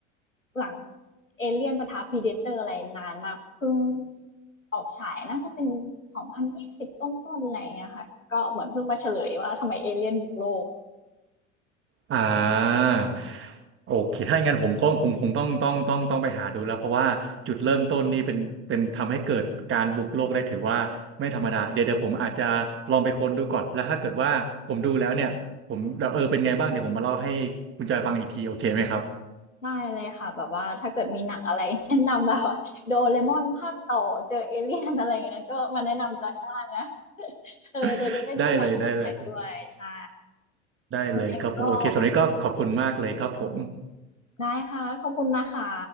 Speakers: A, on the left; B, on the right.
A: หลังเอเลี่ยนปะทะพีเดเตอร์อะไรนานมากเพิ่งออกฉายน่าจะเป็น2020ต้นๆอะไรเงี้ยค่ะก็เหมือนเพิ่งมาเฉลยว่าทำไมเอเลี่ยนบุกโลก
B: อ่า
A: ยังไง
B: โอเคถ้าอย่างนั้นผมก็ผมคงต้องต้องต้องต้องไปหาดูแล้วเพราะว่าจุดเริ่มต้นนี่เป็นเป็นทำให้เกิดการบุกโลกได้ถือว่าไม่ธรรมดาเดี๋ยวเดี๋ยวผมอาจจะลองไปค้นดูก่อนแล้วถ้าเกิดว่าผมดูแล้วเนี่ยผมเออเป็นไงบ้างเดี๋ยวผมมาเล่าให้คุณจอยฟังอีกทีโอเคไหมครับ
A: ได้เลยค่ะแบบว่าถ้าเกิดมีหนังอะไร <laughs> แนะนำแบบว่า d o r a e ภาคต่อเจอเอเลี่ยนอะไรอย่างเงี้ยก็มาแนะนำจอยได้นะ <laughs> เออจอยจะได้ดูหนังแนวใหม่ด้วยใช่
B: <laughs> ได้เลยได้เลยครับได้เลยครับผมโอเคสำหรับวันนี้ก็ขอบคุณมากเลยครับผม
A: ก็ได้ค่ะขอบคุณนะคะ